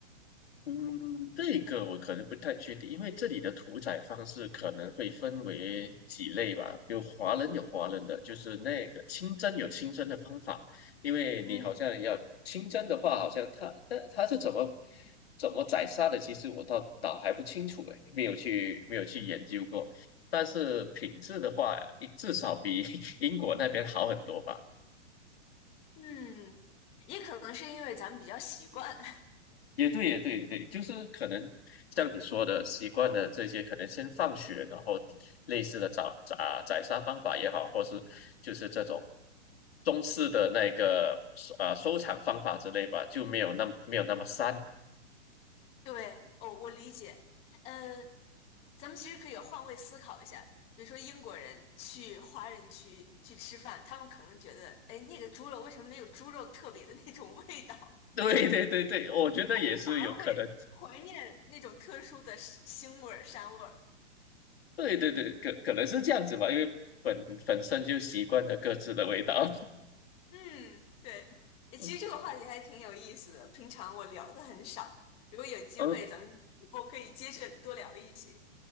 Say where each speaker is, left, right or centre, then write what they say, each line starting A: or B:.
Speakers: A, on the left; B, on the left.
A: 嗯，这个我可能不太确定，因为这里的屠宰方式可能会分为几类吧。有华人有华人的，就是那个清蒸有清蒸的方法，因为你好像要清蒸的话，
B: 嗯
A: 好像它但它是怎么怎么宰杀的，其实我倒倒还不清楚诶，没有去没有去研究过。但是品质的话，一至少比 <laughs> 英国那边好很多吧。
B: 嗯，也可能是因为咱们比较习惯。
A: 也对，也对，也对，就是可能像你说的，习惯了这些，可能先放血，然后类似的找啊宰杀方法也好，或是就是这种中式的那个啊收藏方法之类吧，就没有那没有那么膻。<laughs>
B: <laughs> 对，哦，我理解。嗯。咱们其实可以换位思考一下，比如说英国人去华人区去吃饭，他们可能觉得，哎，那个猪肉为什么没有猪肉特别的那种味道？<laughs> 他
A: 对对对对，我觉得也是有可能。
B: 们反而会怀念那种特殊的腥味儿、膻味儿。
A: 对对对，可可能是这样子吧，因为本本身就习惯了各自的味道。
B: 嗯，对，
A: <laughs>
B: 哎其实这个话题还挺有意思的，
A: 嗯，
B: 平常我聊的很少，如果有机会，
A: 嗯
B: 咱们以后可以接着多聊一些。